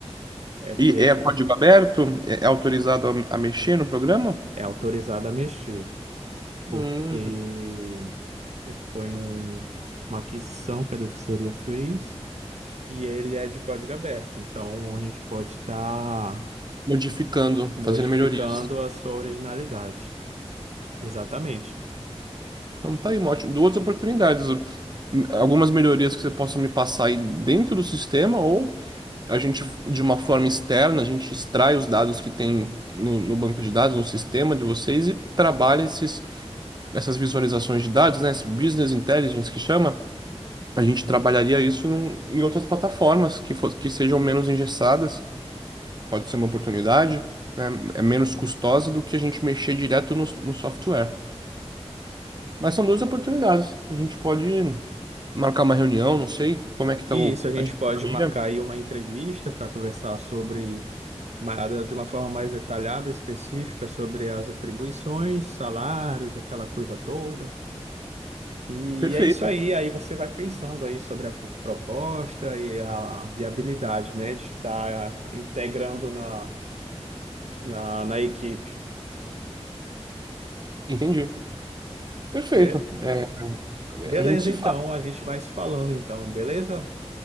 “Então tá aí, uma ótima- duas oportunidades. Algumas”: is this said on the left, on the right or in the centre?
Right